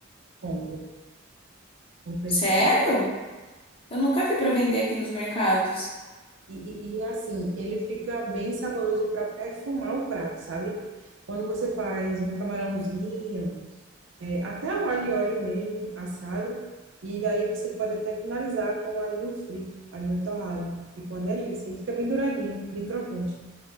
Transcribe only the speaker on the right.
Compro, compro
ele torrado.
E, e, e, assim, ele fica bem saboroso para perfumar o prato, sabe? Quando você faz um camarãozinho, é, até o alho e óleo mesmo, assado, e daí você pode até finalizar com o alhinho frito, alhinho torrado. Fica uma delícia. Ele fica bem douradinho, bem crocante,